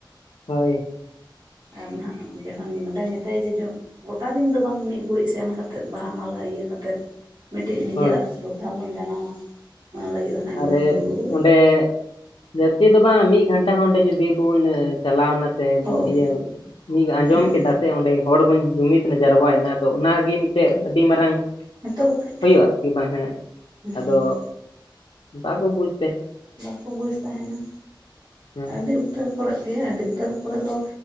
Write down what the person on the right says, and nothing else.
ᱟᱨ ᱱᱟ-ᱟᱜ ᱡᱟᱦᱟᱸ ᱱᱚᱰᱮ ᱢᱮᱛᱟᱭᱟ ᱡᱮ ᱡᱳᱜ ᱜᱳᱴᱟ ᱫᱤᱱ ᱫᱚ ᱵᱟᱝ ᱢᱤᱫ ᱜᱷᱟᱹᱲᱤᱡ ᱥᱮᱱ ᱠᱟᱛᱮᱫ ᱵᱟᱦᱟ ᱢᱟᱞᱟ ᱤᱭᱟᱹ ᱠᱟᱛᱮᱫ ᱢᱤᱫᱴᱤᱡ ᱱᱤᱡᱮᱨᱟᱜ
ᱥᱨᱚᱫᱷᱟ ᱵᱚᱱ ᱡᱟᱱᱟᱣᱟ ᱚᱱᱟ ᱞᱟᱹᱜᱤᱫ ᱫᱚ ᱦᱟᱹᱜ
ᱢᱮᱱᱟ ᱫᱷᱩᱨ
ᱦᱳᱭ
ᱦᱮᱸ
ᱦᱮᱸᱛᱚ ᱵᱟᱠᱷᱟᱡ
ᱦᱩᱸ
ᱵᱟᱠᱚ ᱵᱩᱡᱽ ᱛᱟᱦᱮᱸᱱᱟ
ᱟᱹᱰᱤ ᱩᱛᱟᱹᱨ ᱠᱚᱨᱮ ᱜᱮ ᱟᱹᱰᱤ ᱩᱛᱟᱹᱨ ᱯᱚᱨᱮ ᱫᱚ